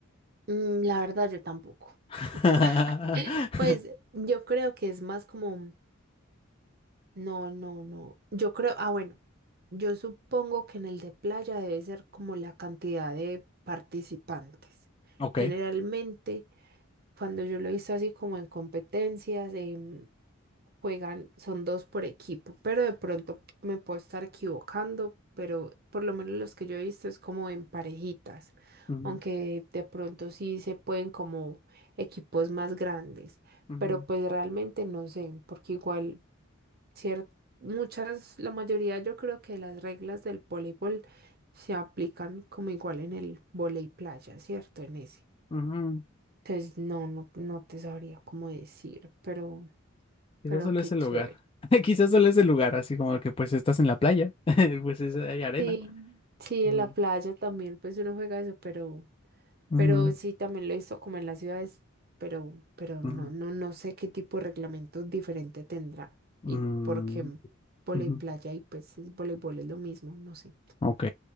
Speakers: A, on the right; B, on the left.
A: Mm, la verdad, yo tampoco. <gasps>
B: <laughs>
A: <laughs> Pues yo creo que es más como No, no, no. Yo creo, ah, bueno, yo supongo que en el de playa debe ser como la cantidad de participantes.
B: Ok.
A: Generalmente, cuando yo lo he visto así como en competencias, em, juegan, son dos por equipo, pero de pronto me puedo estar equivocando, pero por lo menos los que yo he visto es como en parejitas,
B: Ujú,
A: aunque de pronto sí se pueden como equipos más grandes,
B: ujú,
A: pero pues realmente no sé, porque igual cier- Muchas, la mayoría yo creo que las reglas del voleibol se aplican como igual en el volei playa, ¿cierto? En ese.
B: ujú.
A: Entonces, no, no, no te sabría cómo decir, pero,
B: Quizás
A: pero
B: solo
A: qué
B: es el
A: chévere.
B: lugar. <laughs> Quizás solo es el lugar, así como que pues estás en la playa, <laughs> pues es- hay arena.
A: Sí, sí,
B: Mm.
A: en la playa también, pues uno juega eso, pero,
B: Ujú,
A: pero sí, también lo hizo como en las ciudades, pero, pero
B: ujú,
A: no, no, no sé qué tipo de reglamento diferente tendrá
B: mm,
A: y porque qué volei
B: ujú.
A: playa y pues es voleibol es lo mismo, no sé.
B: Ok,